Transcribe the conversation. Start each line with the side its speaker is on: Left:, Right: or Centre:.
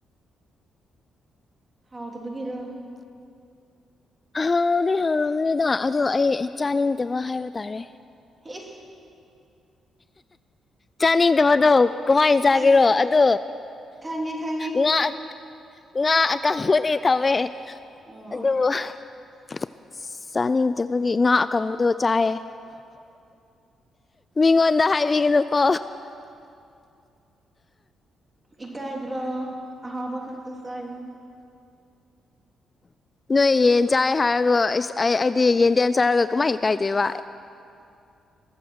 Right: ꯍꯥꯎꯇꯕꯒꯤꯔꯣ
Left: ꯍꯥꯎꯗꯤ ꯍꯥꯎꯔꯝꯒꯅꯤꯗ ꯑꯗꯣ ꯑꯩ ꯆꯥꯅꯤꯡꯗꯕ ꯍꯥꯏꯕ ꯇꯥꯔꯦ
Right: ꯏꯁ
Left: ꯆꯥꯅꯤꯡꯗꯕꯗꯣ ꯀꯃꯥꯏꯅ ꯆꯥꯒꯦꯔꯣ
Right: ꯈꯪ
Left: ꯑꯗꯣ
Right: ꯈꯪꯉꯦ ꯈꯪꯉꯦ
Left: ꯉꯥ ꯉ ꯥ ꯑꯀꯪꯕꯗꯤ ꯇꯧꯋꯦ
Right: ꯑꯣ
Left: ꯑꯗꯨꯕꯨ ꯑꯁ ꯆꯥꯅꯤꯡꯗꯕꯒꯤ ꯉꯥ ꯑꯀꯪꯕꯗꯣ ꯆꯥꯏꯌꯦ ꯑꯩꯉꯣꯟꯗ ꯍꯥꯏꯕꯤꯒꯅꯨꯀꯣ
Right: ꯏꯀꯥꯏꯗ꯭ꯔꯣ ꯑꯍꯥꯎꯕ ꯈꯛꯇ ꯆꯥꯏꯗꯨꯒ
Left: ꯅꯣꯏ ꯌꯦꯟ ꯆꯥꯏ ꯍꯥꯏꯔꯒ ꯑꯁ ꯑꯩ ꯑꯩꯗꯤ ꯌꯦꯟꯗꯦꯝ ꯆꯥꯔꯒ ꯀꯃꯥꯏ ꯏꯀꯥꯏꯗꯣꯏꯕ